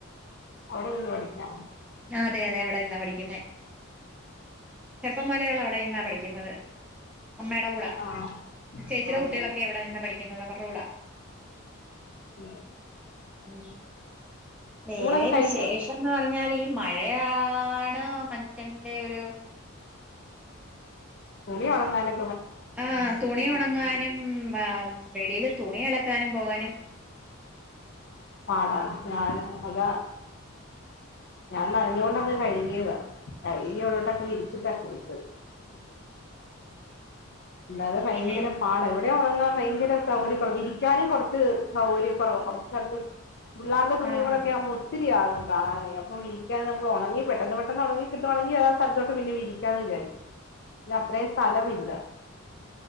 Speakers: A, on the left; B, in the centre.
A: അവിടെ നിന്ന് പഠിക്കാം
B: അതെ അതെ അവിടെ നിന്നാ പഠിക്കുന്നേ ചെറുപ്പം മുതലെ അവിടെ നിന്നാ പഠിക്കുന്നത് അമ്മയുടെ കൂടെ
A: ആഹ്
B: ചേച്ചിയുടെ
A: ആണല്ലേ
B: കുട്ടികളൊക്കെ അവിടെ നിന്നാ പഠിക്കുന്നത് അവര്ടെ കൂടാ
A: ഉം
B: ഉം വേറെ
A: ഊണൊക്കെ കഴിഞ്ഞോ
B: വിശേഷന്ന് പറഞ്ഞാല് ഈ മഴയാ ആണ് മനുഷ്യന്റോരു
A: തുണി ഒണങ്ങാനെ
B: ആ തുണി ഒണങ്ങാനും വെളിയില് തുണി അലക്കാനും പോകാനും
A: പാടാണ് ഞാന് അതാ ഞാൻ നനഞ്ഞോണ്ടങ്ങ് കഴ്കിയതാ കഴുകി അവിടോട്ടൊക്കെ വിരിച്ചിട്ടാ കുളിച്ചത്
B: ഉം
A: അല്ലാതെ ഭയങ്കര
B: പിന്നെ
A: പാട ഇവ ടെ ഒണങ്ങാൻ ഭയങ്കര സൗകര്യം കൊറവ് വിരിക്കാനും കൊറച്ച് സൗകര്യ കൊറവ് കൊറച്ച് സ്ഥലത്ത് പിള്ളേര്ടെ തുണിയു
B: ആഹ്
A: കൂടെക്കെ ആകുമ്പോ ഒത്തിരിയാകു കാണാനെ ന വിരിക്കാൻ നമ്മള് ഒണങ്ങി പെട്ടെന്ന് പെട്ടെന്ന് ഒണങ്ങി കിട്ടുവാണെങ്കി അത് ആ സ്ഥലത്തോട്ട് പിന്നെ വിരിക്കാന്ന് വിചാരിക്കും ഇത് അത്രയും സ്ഥലമില്ല